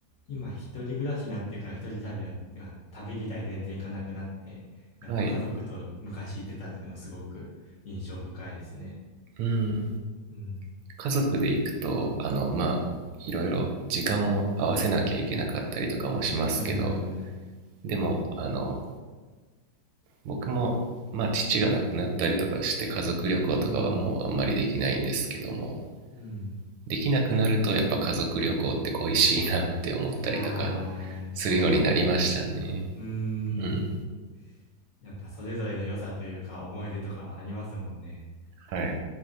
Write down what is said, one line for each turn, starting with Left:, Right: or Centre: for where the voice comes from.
Left: 今一人暮らしになってから一人旅は、てか旅自体全然行かなくなって、やっぱ家族と昔行ってたっていうのがすごく印象深いですね。
Right: はいうん
Left: うん。
Right: 家族で行くとあのまあいろいろ時間を合わせなきゃいけなかったりとかもしますけど
Left: うーん。
Right: でもあの僕も、まあ、父が亡くなったりとかして家族旅行とかはもうあんまりできないんですけども
Left: うーん。うん。
Right: できなくなるとやっぱ家族旅行って恋しいなって思ったりとか
Left: あー、
Right: するようになりましたね
Left: そうですか。うーん。
Right: うん
Left: やっぱそれぞれの良さというか思い出とかありますもんね。
Right: はい